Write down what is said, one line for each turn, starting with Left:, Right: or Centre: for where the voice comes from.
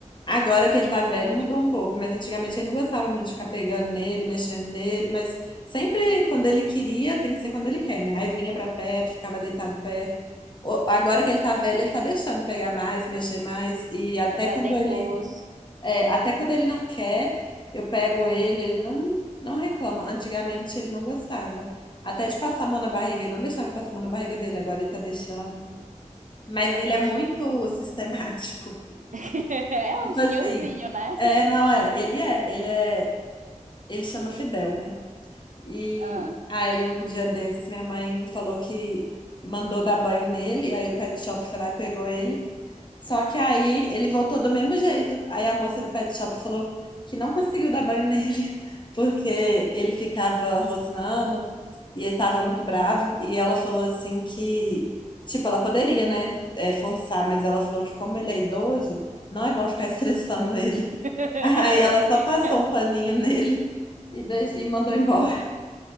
Left: agora que ele tá velho, mudou um pouco, mas antigamente ele não gostava muito de ficar pegando nele, mexendo nele, mas sempre quando ele queria, tem
Right: Uhum.
Left: que ser quando ele quer, né? Aí vinha pra perto, ficava deitado perto. O- Agora que ele tá velho, ele tá deixando pegar mais, mexer mais, e até
Right: Ele tá
Left: quando
Right: dengoso.
Left: ele, é, até quando ele não quer, eu pego ele, ele não, não reclama. Antigamente ele não gostava. Até de passar a mão na barriga, ele não deixava eu passar a mão na barriga dele, agora ele tá deixando.
Right: Uhum.
Left: Mas
Right: Aí
Left: ele
Right: nós...
Left: é muito <laughs> sistemático.
Right: <laughs> É
Left: Tipo
Right: um senhorzinho,
Left: assim,
Right: né?
Left: é, não é, ele é, ele é, ele chama Fidel, né? E
Right: Ah,
Left: aí, um dia desses, minha mãe falou que mandou dar banho nele, aí o pet shop foi lá e pegou ele. Só que aí ele voltou do mesmo jeito. Aí a moça do pet shop falou que não conseguiu dar banho nele, <laughs> porque ele ficava rosnando e ele tava muito bravo. E ela falou assim que, tipo, ela poderia, né, é, forçar, mas ela falou que como ele é idoso, não é bom ficar estressando ele.
Right: <laughs>
Left: <laughs> Aí ela só passou um paninho nele e, deix- e mandou embora.